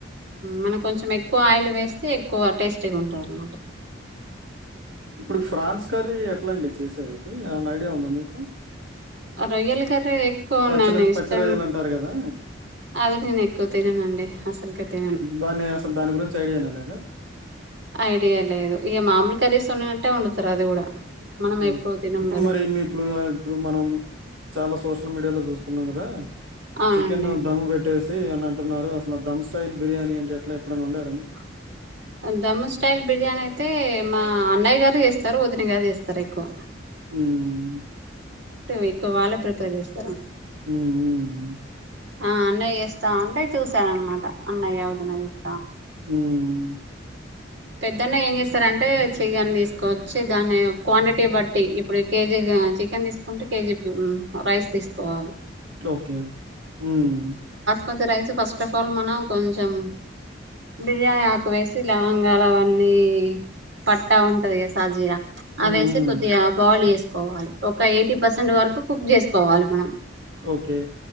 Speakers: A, on the right (about 70°); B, on the right (about 90°).
A: మనం కొంచెం ఎక్కువ ఆయిల్ వేస్తే ఎక్కువ టేస్టీగా ఉంటుంది అన్నమాట
B: ఇప్పుడు ఫ్రాన్స్ కర్రీ ఎట్లాండి చేసేది ఏమైనా ఐడియా ఉందా మీకు
A: రొయ్యల కర్రీ ఎక్కువ
B: పచ్చళ
A: నేను ఇష్టం
B: పచ్చి రొయ్యలు అంటారు కదా
A: అది నేను ఎక్కువ తిననండి అసలుకే తినను
B: దాన్ని అసలు దాని గురించి ఐడియానే లేదు అ
A: ఐడియా లేదు ఇక మాములు కర్రీస్ ఉన్ననట్టే వండుతారు అది కూడా మనం
B: ఉమ్
A: ఎక్కువ తినం
B: ఇప్పుడు
A: కదా
B: మరి ఇప్పుడు ఆహ్ ఇప్పుడు మనం చాలా సోష సోసల్ మీడియాలో చూస్తున్నాం కదా.
A: అవునండి
B: చికెను దమ్మ్ పెట్టేసి. ఏమని అంటున్నారు అసలు దమ్ స్టయిల్ బిర్యానీ అంటే ఏట్లా ఎప్పుడైనా వండారండి.
A: దమ్ స్టయిల్ బిర్యానీ అయితే మా అన్నయ్య గారు చేస్తారు వదిన గారు చేస్తారు ఎక్కువ.
B: ఉమ్
A: ఎక్కవ వాళ్ళే ప్రిపేర్ చేస్తారు.
B: ఉమ్మ్
A: మా అన్నయ్య చేస్తా ఉంటే చూసాను అనమాట అన్నయ్యవదినా చేస్
B: ఉమ్
A: పెద్దన్న ఏం చేస్తారంటే చికెన్ తీసుకోచ్చి దాన్ని క్వాంటిటీ బట్టి ఇప్పుడు కేజీ చికెన్ తీసుకుంటే కేజీ రైస్ తీసుకోవాలి.
B: ఓకే ఉమ్
A: కొద్ది రైస్ ఫస్ట్ ఆఫ్ ఆల్ మన కొంచెం బియానీ ఆకు వేసి ఇలా లావంగళ అవన్ని ఏసి పట్టా ఉంటది కదా సాజీర. అవి
B: ఉమ్
A: వేసి
B: ఉమ్
A: కొద్దిగా బాయిల్డ్ చేసుకోవాలి. ఒక ఎయిటీ పర్సెంట్ వరకు కుక్ చేసుకోవాలి మనం.
B: ఓకే